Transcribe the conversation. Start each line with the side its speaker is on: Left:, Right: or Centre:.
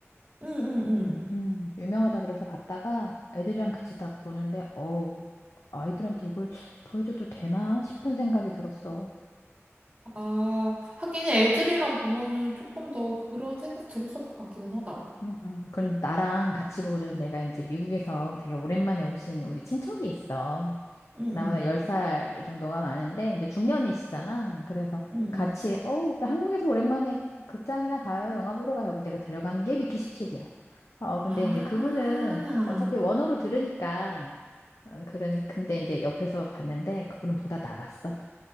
Right: 응, 응, 응.
Left: 음 유명하다 그래서 봤다가 애들이랑 같이 딱 보는데 어우 아이들한테 이걸 보여줘도 되나 싶은 생각이 들었어
Right: 아, 하긴 애들이랑 보면은 조금 더 그런 생각 들었을 것 같기는 하다.
Left: 응응 그럼 나랑 같이 보는 내가 이제 미국에서 되게 오랜만에 오신 우리 친척이 있어
Right: 응응,
Left: 나보다 10살 정도가 많은데 이제 중년이시잖아. 그래서
Right: 응응.
Left: 같이 어, 우리 한국에서 오랜만에 극장이나 가요. 영화 보러 가요. 하고 내가 데려간 게 미키 17이야. 어, 근데
Right: 아,
Left: 이제 그분은 어차피 원어로 들으니까 어, 그러니 근데 이제 옆에서 봤는데 그분은 보다 나갔어.